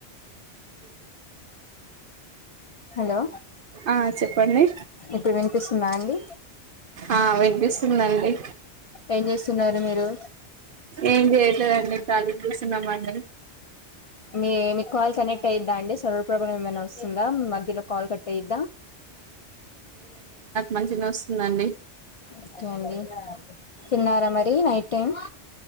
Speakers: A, on the left; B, on the right.
A: హలో
B: ఆ చెప్పండి
A: ఇప్పుడు వినిపిస్తుందా అండి
B: ఆ వినిపిస్తుందండి
A: ఏం చేస్తున్నారు మీరు
B: ఏం చెయ్యట్లేదండి కాలిగా కూసున్నం అండి
A: మీ మీకు కాల్ కనెక్ట్ అయి్దా అండి సర్వర్ ప్రాబ్లమ్ ఏమైనా వస్తుందా మధ్యలో కాల్ కట్టేద్దా
B: మంచిగా వస్తుందండి
A: ఓకే అండి తిన్నారా మరి నైట్ టైం